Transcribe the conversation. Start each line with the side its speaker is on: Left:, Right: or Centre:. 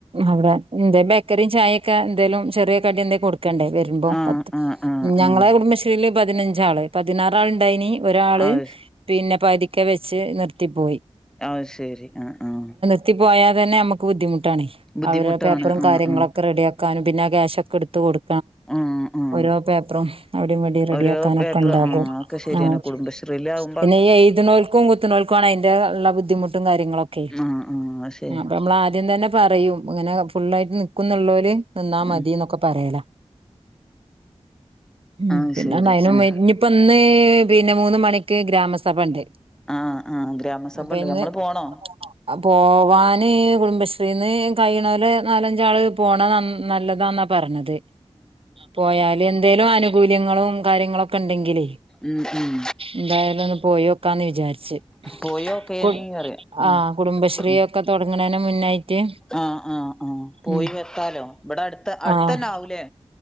Right: അവിടെ എന്തേ ബേക്കറി ചായൊക്കെ എന്തേലും ചെറിയ കടി എന്തെ കൊടു ക്കണ്ടേ വരുമ്പോ
Centre: ആഹ്
Right: പത്ത്
Centre: ആഹ് ആഹ്
Right: ഞങ്ങളെ
Centre: ആഹ്
Right: കുടുംബശ്രീയില് പതിനഞ്ചാള് പതിനാറാൾ ഉണ്ടായിന് ഒരാള്
Centre: അത്
Right: പിന്നെ പകുതിക്കെ വെച്ച് നിർത്തിപ്പോയി
Centre: ആഹ് ശരി ആഹ് ആഹ്
Right: ത്തി പോയാൽ തന്നെ അമുക്ക് ബുദ്ധിമുട്ടാണ്
Centre: ബുദ്ധിമുട്ടാണ്
Right: അവര് പേപ്പറും
Centre: ആഹ്
Right: കാര്യങ്ങളൊക്കെ
Centre: ആഹ്
Right: റെഡിയാക്കും ക്കാനും പിന്നാ കാശൊക്കെ എടുത്ത് കൊടു
Centre: ആഹ് ആഹ് ഉം
Right: ഓരോ പേപ്പറും അവിടെയും ഇവിടെയും റെഡിയാക്കാ
Centre: ഓരോ
Right: നൊക്കെ
Centre: പേപ്പർ
Right: ഉണ്ടാകും
Centre: ആഹ് ഒക്കെ ശരിയാണ്
Right: ആഹ്
Centre: <unintelligible>
Right: പിന്നെ ഈഎഴുതിനോൽക്കും കുത്തിനോൽക്കും ആണ് അതിന്റെ ഉള്ള ബുദ്ധിമുട്ടും കാര്യങ്ങളൊ ക്കെ
Centre: ആഹ് ആഹ് അത് ശരി
Right: അപ്പൊ നമ്മൾ ആദ്യം തന്നെ പറയും ഇങ്ങനെ ഫുുള്ളായിട്ട് നിക്കുന്നൊള്ളല് നിന്നാ മതീന്നൊക്കെ
Centre: ഉം
Right: പറയല ഉം
Centre: ആഹ്
Right: പിന്നെ
Centre: ശരി
Right: ഒന്ന് ഐനുംവേണ്ടി
Centre: ആഹ്
Right: ഇഞ്ഞ്പ്പൊന്ന് പിന്നെ മൂന്ന് മണിക് ഇക്ക്‌ ഗ്രാമസഭണ്ട്
Centre: ആഹ് ആഹ് ഗ്രാമസഭണ്ട്
Right: അപ്പൊ ഇന്ന്
Centre: ഞമ്മള് പോണോ
Right: അപോവാന് കുടുംബശ്രീന്ന് കയ്യ്ണോല് നാലഞ്ചാള് പോണത് നൻനല്ലതാന്നാ പർണത് ആഹ് പോയാല് എന്തേലും ആനുകൂല്യങ്ങളും കാര്യങ്ങളൊക്കെ ഇണ്ടെങ്കിലേ
Centre: ഉം ഉം
Right: എന്തായാലും ഒന്ന് പോയ്യോക്കാന്ന് വിജാര്ച്ച് ഖ്ഹ്
Centre: പോയോക്കേനി
Right: കുട്
Centre: പറയാ ഉം
Right: ആഹ് കുടുംബശ്രീയൊക്കെ
Centre: ഉം
Right: തൊടങ്ങ്ണൈന് മുന്നായിട്ട്
Centre: ആഹ് ആഹ് ആഹ് പോയി
Right: ഉം
Centre: വെക്കാലോ ഇബടെ അട്ത്ത് അട്ത്തെന്നാവൂലേ
Right: ആഹ്